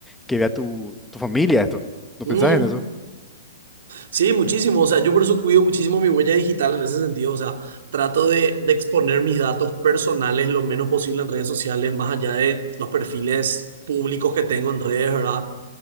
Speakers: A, in the centre; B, on the right (about 70°).
A: que vea tu, tu familia esto. ¿No
B: Mm.
A: pensás en eso?
B: Sí, muchísimo. O sea, yo por eso cuido muchísimo mi huella digital en ese sentido. O sea, trato de, de exponer mis datos personales lo menos posible en redes sociales, más allá de los perfiles públicos que tengo en redes, ¿verdad?